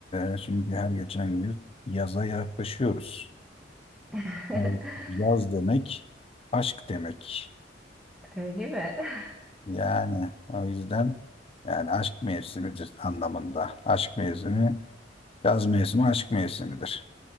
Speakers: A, on the left (about 35°); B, in the centre.
A: Ee, şimdi her geçen gün yaza yaklaşıyoruz.
B: <laughs>
A: Yani Yaz demek aşk demek.
B: Öyle mi? <laughs>
A: Yani o yüzden yani aşk mevsimidir anlamında. Aşk mevsimi, yaz mevsimi aşk mevsimidir.